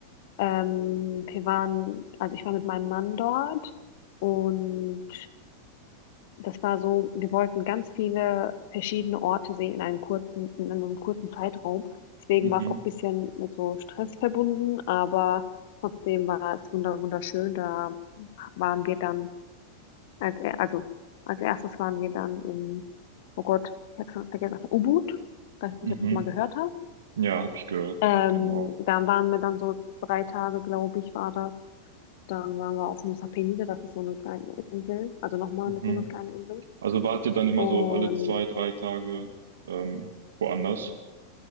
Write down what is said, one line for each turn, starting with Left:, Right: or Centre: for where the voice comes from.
Left: Ähm, wir waren, also ich war mit meinem Mann dort und das war so, wir wollten ganz viele verschiedene Orte sehen in einem kurzen, in einem kurzen Zeitraum. Deswegen
Right: Mhm.
Left: war es auch ein bisschen mit so Stress verbunden, aber trotzdem war es wunder wunderschön. Da waren wir dann als er, also als erstes waren wir dann in, oh Gott, ich habe schon vergessen, also Ubud. Weiß
Right: Mhm.
Left: nicht, ob du es mal gehört hast.
Right: Ja, habe ich gehört,
Left: Ähm,
Right: genau.
Left: dann waren wir dann so drei Tage, glaube ich, war das. Dann waren wir auf Nusa Penida, das ist so eine kleine Insel, also nochmal
Right: Mhm.
Left: so eine kleine Insel.
Right: Also wart ihr dann immer
Left: Und
Right: so alle zwei, drei Tage ähm, woanders?